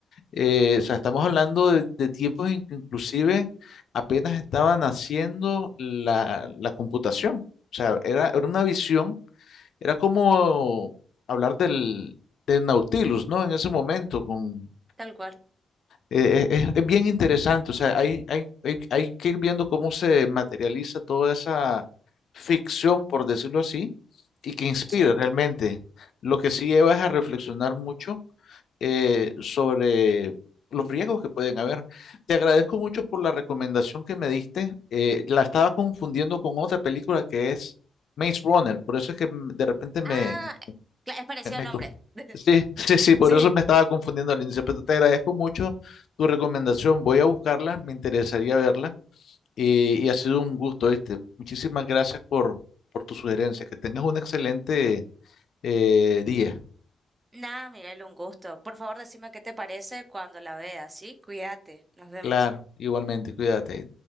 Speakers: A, on the left (about 60°); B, on the right (about 25°).
A: eh, o sea, estamos hablando de, de tiempos en que inclusive apenas estaba naciendo la, la computación. O sea, era, era una visión, era como hablar del, del Nautilus, ¿no? En ese momento, con,
B: tal cual,
A: eh, eh, es, es bien interesante, o sea, hay, hay, hay, hay que ir viendo cómo se materializa toda esa ficción, por decirlo así, y que inspira
B: sí.
A: realmente. Lo que sí lleva es a reflexionar mucho eh, sobre los riesgos que pueden haber. Te agradezco mucho por la recomendación que me diste. eh, la estaba confundiendo con otra película que es Maze Runner, por eso es que mm, de repente me,
B: Ah, cla- es parecido
A: eh, me
B: al nombre.
A: co-
B: <laughs>
A: Sí, sí, sí, por
B: Sí.
A: eso me estaba confundiendo al inicio, pero te agradezco mucho tu recomendación. Voy a buscarla, me interesaría verla y, y ha sido un gusto este. Muchísimas gracias por, por tu sugerencia. Que tengas un excelente eh, día.
B: Nada, Miguel, un gusto. Por favor, decime qué te parece cuando la veas, ¿sí? Cuídate, nos vemos.
A: Claro, igualmente, cuídate.